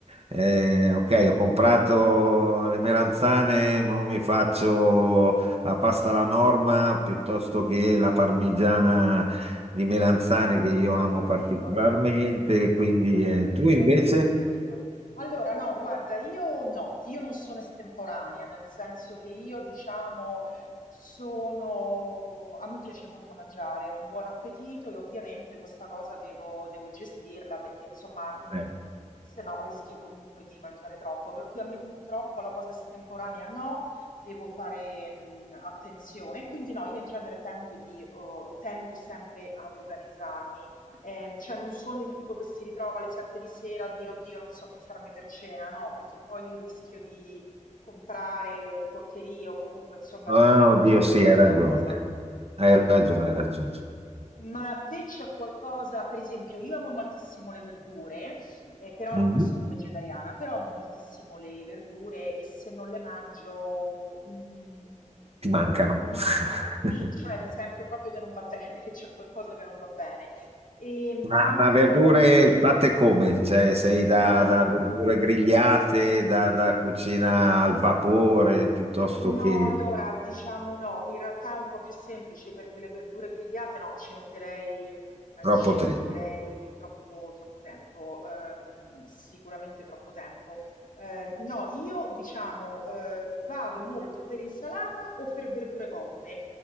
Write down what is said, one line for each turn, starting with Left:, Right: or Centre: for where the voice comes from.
Right: eh, ok, ho comprato le melanzane, ma mi faccio la pasta alla norma piuttosto che la parmigiana di melanzane che io amo
Left: <laughs> ho capito.
Right: particolarmente, quindi
Left: Ho capito,
Right: eh, tu invece?
Left: ho capito. Allora, no, guarda, io no, io non sono estemporanea, nel senso che io, diciamo, sono... A me piace molto mangiare, ho un buon appetito e ovviamente questa cosa devo, devo gestirla perché, insomma, mh,
Right: Eh.
Left: se no rischio comunque di mangiare troppo. Per cui a me purtroppo la cosa estemporanea no, devo fare, mh, attenzione. Quindi no, io in genere tendo di, eh, tendo sempre ad organizzarmi Ehm, cioè non sono il tipo che si ritrova alle 7 di sera a dire oddio non so che farmi per cena, no, perché poi lì rischio di comprare porcherie o comunque insomma
Right: Ah,
Left: di farmi
Right: oddio,
Left: prendere
Right: sì, hai
Left: dalla
Right: ragione.
Left: cosa.
Right: Hai ragione, hai ragione.
Left: Ma a te c'è qualcosa, per esempio, io amo moltissimo le verdure, eh, però
Right: Mm.
Left: non sono vegetariana, però amo moltissimo le verdure e se non le mangio, mm,
Right: Ti mancano.
Left: mi-
Right: <laughs>
Left: sì, cioè mi sento proprio che non va bene, <laughs> che c'è qualcosa che non va bene. E mm,
Right: Ma,
Left: amo
Right: ma
Left: molto
Right: verdure fatte come? Cioè, sei da,
Left: Ah,
Right: da verdure grigliate, da, da cucina al vapore, piuttosto
Left: No,
Right: che
Left: allora diciamo no, in realtà è un po' più semplice perché le verdure grigliate no, ci metterei, mh,
Right: troppo
Left: ci
Right: tempo.
Left: metterei troppo, troppo tempo, ehm, sicuramente troppo tempo. Eh, no, io diciamo eh, vado molto per insalata o per verdure cotte,